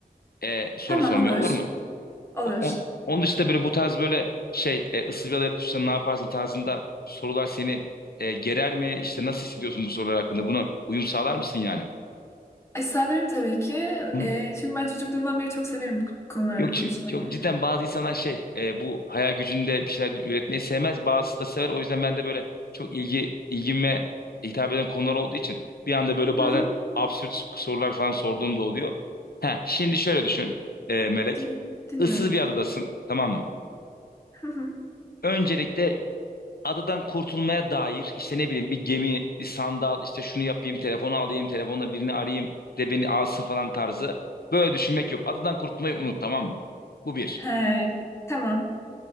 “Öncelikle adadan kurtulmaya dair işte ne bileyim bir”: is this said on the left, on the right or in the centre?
Left